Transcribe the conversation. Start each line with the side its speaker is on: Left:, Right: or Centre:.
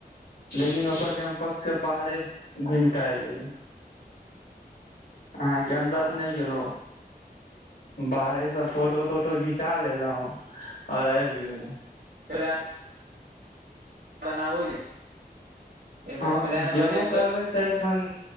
Left: लेकिन ओकर कैम्पसके बाहरे घूम के आबि गेलो। आहांके
Right: हँ
Left: अन्दर नहि गेलहु बाहरेसे फोटो तोटो घिचा लेलहु और आब गेलो।
Right: <inaudible> बनाबू जे एक
Left: हँ
Right: बेर प्लान
Left: जेबो
Right: बनेबितौ
Left: करबै तऽ एखन